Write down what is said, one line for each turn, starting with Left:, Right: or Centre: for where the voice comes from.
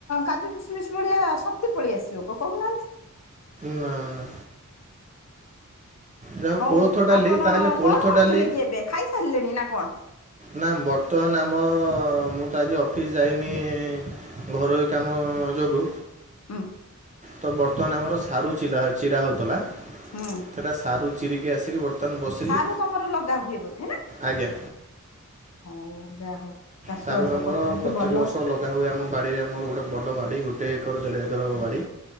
Left: କାଜୁ କିସମିସ ଭଳିଆ ସକ୍ତି ପଳେଇ ଆସିବ କହୁନା
Right: ନା ନା। ଯାହା
Left: ହଉ
Right: କୋଳଥ ଡାଲି
Left: ଆପଣ
Right: ତାହେଲେ କୋଳଥ
Left: କଣ କରୁଥିଲେ
Right: ଡାଲି
Left: କି ଏବେ? ଖାଇସାରିଲେଣି ନା କଣ?
Right: ନା। ବର୍ତ୍ତମାନ ଆମ। ମୁଁ ତ ଆଜି ଅଫିସ ଯାଇନି। ଘରୋଇ କାମ ଯୋଗୁଁ।
Left: ହୁଁ
Right: ତ ବର୍ତ୍ତମାନ ଆମର ସାରୁ ଚିଲା, ଚିରା ହଉଥିଲା।
Left: ହୁଁ
Right: ସେଟା ସାରୁ ଚିରିକି ଆସିକି ବର୍ତ୍ତମାନ ବସିଲି
Left: ସାରୁ ତମର ଲଗା ହୁଏ ବୋଧେ ନା।
Right: ଆଜ୍ଞା
Left: ହଉ ଯାହା ହଉ। ଚାଷ
Right: ସାରୁ
Left: ବାସ
Right: ଆମର
Left: କରୁଛନ୍ତି
Right: ପ୍ରତ୍ୟେକ
Left: ଭଲ
Right: ବର୍ଷ ଲଗା ହୁଏ ଆମ ବାଡ଼ିରେ। ଆମର ଗୋଟେ ବଡ଼ ବାଡ଼ି ଗୋଟେ। ଗୋଟେ ଏକର ଦେଢ଼ ଏକର ହେବ ବାଡ଼ି।